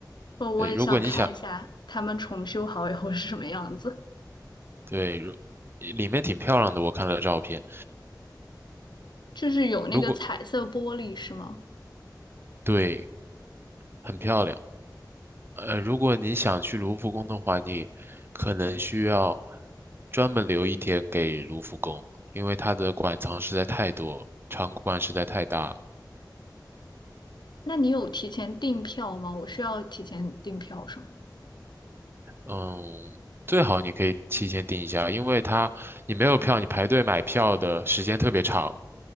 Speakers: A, on the left (about 75°); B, on the right (about 30°).
A: 我我也想看一下他们重修好以后是什么样子，
B: 对，如果你想，对，如里面挺漂亮的，我看了照片。
A: 就是有那个彩色玻璃是吗？
B: 如果对，很漂亮。呃，如果你想去卢浮宫的话，你可能需要专门留一天给卢浮宫，因为它的馆藏实在太多，场馆实在太大了。
A: 那你有提前订票吗？我需要提前订票什么的吗
B: 嗯，最好你可以提前订一下，因为它你没有票，你排队买票的时间特别长。